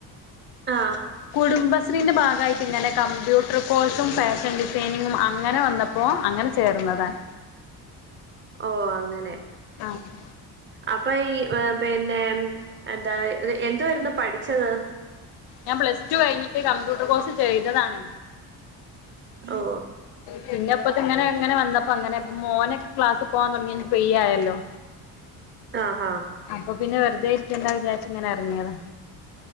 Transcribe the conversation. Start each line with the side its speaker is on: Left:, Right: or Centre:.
Right: ആഹ്
Left: കുടുംബശ്രീന്റെ ഭാഗായിട്ട്ങ്ങനെ കമ്പ്യൂട്ടർ കോഴ്സും ഫാഷൻ ഡിസൈനിങ്ങും അങ്ങനെ വന്ന പ്പോ അങ്ങനെ ചേർന്നതാണ്.
Right: ഓ അങ്ങനെ
Left: ആഹ്
Right: അപ്പൊ ഈ പിന്നെ എന്താ എന്ത് വായിരുന്നു പഠിച്ചത്.
Left: ഞാൻ പ്ലസ് ടു കഴിഞ്ഞിട്ട് കമ്പ്യൂട്ടർ കോഴ്സ് ചെയ്തതാണ്.
Right: ഓ
Left: പിന്നെപ്പത് ഇങ്ങനെ ഇങ്ങനെ വന്നപ്പോ അങ്ങനെ ബ് മോനൊക്കെ ക്ലാസ് പോവാൻ തൊട്ങ്ങി കഴിഞ്ഞാ ഫ്രീ ആയല്ലോ.
Right: ആഹ് ആഹ്
Left: അപ്പൊ പിന്നെ വെറുതേ ഇരിക്കണ്ടാ വിചാരിച്ച്ങ്ങനെ അർങ്ങിയതാ